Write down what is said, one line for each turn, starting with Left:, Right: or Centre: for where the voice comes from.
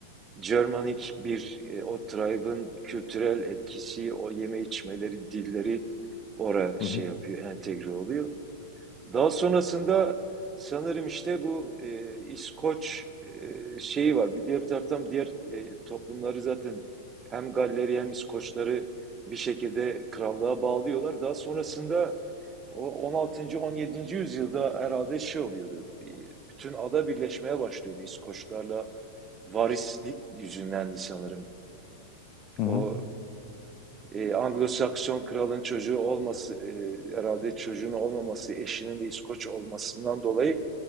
Right: Germanik bir e, o tribe'ın kültürel etkisi, o yeme içmeleri, dilleri olarak
Left: Hı
Right: şey
Left: hı.
Right: yapıyor, entegre oluyor. Daha sonrasında sanırım işte bu e, İskoç e, şeyi var. Bir diğer bir taraftan diğer e, toplumları zaten hem Galleri hem İskoçları bir şekilde krallığa bağlıyorlar. Daha sonrasında o on altıncı on yedinci yüzyılda herhalde şey oluyordu. E, Bütün ada birleşmeye başlıyordu İskoçlarla varislik yüzündendi sanırım.
Left: Hı
Right: O
Left: hı.
Right: e, Anglo-Sakson kralın çocuğu olması, e, herhalde çocuğun olmaması, eşinin de İskoç olmasından dolayı